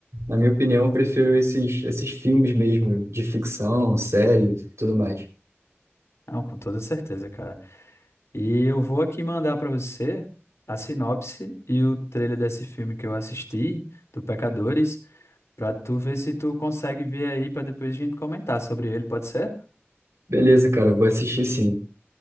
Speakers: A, on the right (about 85°); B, on the left (about 80°).
A: na minha opinião, eu prefiro esses, esses filmes mesmo, de ficção, série, tudo mais.
B: Não, com toda certeza, cara. E eu vou aqui mandar pra você a sinopse e o trailer desse filme que eu assisti, do Pecadores, pra tu ver se tu consegue ver aí, pra depois a gente comentar sobre ele, pode ser?
A: Beleza, cara, vou assistir sim.